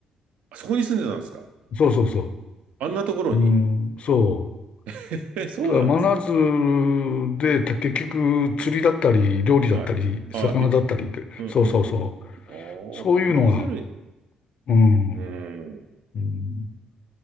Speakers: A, on the right (about 75°); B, on the left (about 55°).
A: あそこに住んでたんですか
B: そうそうそ
A: あんなところに
B: う。うん、そ
A: <laughs> え、そうなんです。
B: う。だから真鶴で、た結局、釣りだったり、料理だったり、
A: はい。ああ、
B: 魚だったりで、
A: で、うんうんうん。
B: そうそうそう。
A: ああ、
B: そういうのが、
A: 真鶴に。
B: うん、
A: うん。
B: うん、